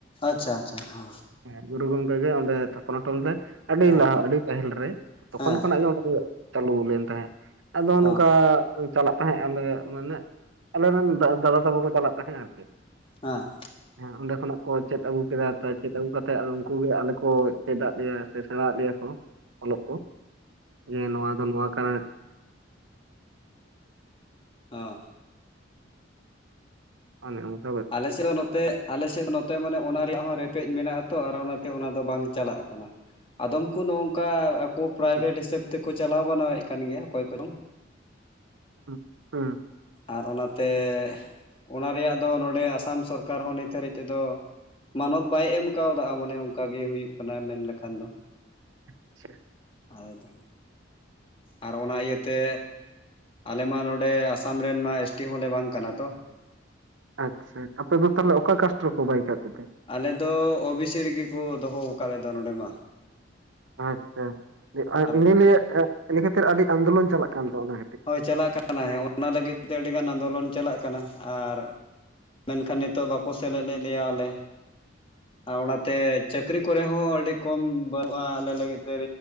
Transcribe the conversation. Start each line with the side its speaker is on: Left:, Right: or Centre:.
Left: ᱟᱪᱪᱷᱟ ᱟᱪᱪᱷᱟ ᱦᱚᱸ
Right: ᱦᱮᱸ ᱜᱩᱨᱩ ᱜᱚᱝᱠᱮ ᱜᱮ ᱚᱸᱰᱮ ᱛᱷᱟᱯᱚᱱ ᱦᱚᱴᱚ ᱞᱮᱫᱟᱭ ᱟᱹᱰᱤ
Left: ᱦᱮᱸ
Right: ᱞᱟᱦᱟ ᱟᱹᱰᱤ ᱯᱟᱹᱦᱤᱞ ᱨᱮ ᱛᱚᱠᱷᱚᱱ
Left: ᱦᱮᱸ
Right: ᱠᱷᱚᱱᱟᱜ ᱜᱮ ᱚᱸᱰᱮ ᱫᱚ ᱪᱟᱹᱞᱩ ᱞᱮᱱ ᱛᱟᱦᱮᱸᱫ᱾ ᱟᱫᱚ ᱚᱱᱠᱟ
Left: ᱦᱮᱸ
Right: ᱪᱟᱞᱟᱜ ᱛᱟᱦᱮᱸᱜ ᱟᱞᱮ ᱢᱟᱱᱮ ᱟᱞᱮᱨᱮᱱ ᱫᱟᱫᱟ ᱛᱟᱠᱚ ᱠᱚ ᱪᱟᱞᱟᱜ ᱛᱟᱦᱮᱸᱜ ᱟᱨᱠᱤ
Left: ᱟᱸᱻ
Right: ᱦᱮᱸ ᱚᱸᱰᱮ ᱠᱷᱚᱱᱟᱜ ᱠᱚ ᱪᱮᱫ ᱟᱹᱜᱩ ᱠᱮᱫᱟ ᱛᱟ ᱪᱮᱫ ᱟᱹᱜᱩ ᱠᱟᱛᱮ ᱟᱫᱚ ᱩᱱᱠᱩ ᱜᱮ ᱟᱞᱮ ᱠᱚ ᱪᱮᱫ ᱟᱫ ᱞᱮᱭᱟ ᱥᱮ ᱥᱮᱬᱟᱫ ᱞᱮᱭᱟ ᱠᱚ ᱚᱞᱚᱜ ᱠᱚᱦᱮᱸ ᱱᱚᱣᱟ ᱫᱚ ᱱᱚᱣᱟ ᱠᱟᱱᱟ᱾
Left: ᱚᱻ
Right: ᱚᱱᱮ ᱚᱝᱠ
Left: ᱟᱞᱮᱥᱮᱜ ᱦᱚᱸ ᱱᱚᱛᱮᱜ ᱟᱞᱮᱥᱮᱫ ᱱᱚᱛᱮ ᱢᱟᱱᱮ ᱚᱱᱟ ᱨᱮᱭᱟᱜ ᱦᱚᱸ ᱨᱮᱯᱮᱡ ᱢᱮᱱᱟᱜ-ᱟ ᱛᱚ ᱟᱨ ᱚᱱᱟᱛᱮ ᱚᱱᱟ ᱫᱚ ᱵᱟᱝ ᱪᱟᱞᱟᱜ ᱠᱟᱱᱟ᱾ ᱟᱫᱚᱢ ᱠᱩ ᱱᱚᱝᱠᱟ ᱠᱩ-ᱯᱨᱟᱭᱵᱷᱮᱴ
Right: ᱦᱮᱸ
Left: ᱦᱤᱥᱟᱹᱵ ᱛᱮᱠᱚ ᱪᱟᱞᱟᱣ ᱵᱟᱱᱟᱣᱮᱫ ᱠᱟᱱ ᱜᱮᱭᱟ ᱚᱠᱚᱭ ᱠᱚᱫᱚ
Right: ᱦᱩᱸ ᱦᱩᱸ
Left: ᱟᱨ ᱚᱱᱟᱛᱮ ᱚᱱᱟ ᱨᱮᱭᱟᱜ ᱫᱚ ᱱᱚᱰᱮ ᱟᱥᱟᱢ ᱥᱚᱨᱠᱟᱨ ᱦᱚᱸ ᱱᱤᱛ ᱦᱟᱹᱨᱤᱡ ᱛᱮᱫᱚ, ᱢᱟᱱᱚᱛ ᱵᱟᱭ ᱮᱢ ᱠᱟᱣᱫᱟ ᱢᱟᱱᱮ ᱚᱱᱠᱟ ᱜᱮ ᱦᱩᱭᱩᱜ ᱠᱟᱱᱟ ᱢᱮᱱ ᱞᱮᱠᱷᱟᱱ ᱫᱚ᱾
Right: ᱟᱪᱪᱷᱟ
Left: ᱟᱨᱫᱚ ᱟᱨ ᱚᱱᱟ ᱤᱭᱟᱹᱛᱮ ᱟᱞᱮ ᱢᱟ ᱱᱚᱸᱰᱮ ᱟᱥᱟᱢ ᱨᱮᱱ ᱢᱟ ᱮᱥ ᱴᱤ ᱦᱚᱸᱞᱮ ᱵᱟᱝ ᱠᱟᱱᱟ ᱛᱚ᱾
Right: ᱟᱪᱪᱷᱟ ᱟᱯᱮ ᱫᱚ ᱛᱟᱦᱚᱞᱮ ᱚᱠᱟ ᱠᱟᱥᱴ ᱨᱮ ᱠᱚ ᱵᱟᱭ ᱠᱟᱜᱯᱮ ᱛᱮ,
Left: ᱟᱞᱮ ᱫᱚ ᱳᱵᱤ ᱥᱤ ᱨᱮᱜᱮ ᱠᱚ ᱫᱚᱦᱚ ᱟᱠᱟᱫ ᱞᱮᱫᱚ ᱱᱚᱰᱮ ᱢᱟ᱾
Right: ᱟᱪᱪᱷᱟ
Left: ᱟᱨ
Right: ᱤᱱᱟᱹ ᱞᱮ ᱤᱱᱟᱹ ᱠᱷᱟᱹᱛᱤᱨ ᱟᱹᱰᱤ ᱟᱱᱫᱳᱞᱚᱱ ᱪᱟᱞᱟᱜ ᱠᱟᱱ ᱛᱟᱦᱮᱸ ᱱᱟ,
Left: ᱦᱳᱭ ᱪᱟᱞᱟᱜ ᱠᱟᱱᱟ ᱦᱮᱸ ᱚᱱᱟ ᱞᱟᱹᱜᱤᱫ ᱛᱮ ᱟᱹᱰᱤ ᱜᱟᱱ ᱟᱱᱫᱳᱞᱚᱱ ᱪᱟᱞᱟᱜ ᱠᱟᱱᱟ ᱟᱨ ᱢᱮᱱ ᱠᱷᱟᱱ ᱱᱤᱛᱚᱜ ᱵᱟᱠᱚ ᱥᱮᱞᱮᱫ ᱮᱫ ᱞᱮᱭᱟ ᱟᱞᱮ ᱟᱨ ᱚᱱᱟ ᱛᱮ ᱪᱟᱹᱠᱨᱤ ᱠᱚᱨᱮ ᱦᱚᱸ ᱟᱹᱰᱤ, ᱠᱚᱢ ᱵᱟᱹᱱᱩᱜᱼᱟ ᱟᱞᱮ ᱞᱟᱹᱜᱤᱫ ᱛᱮ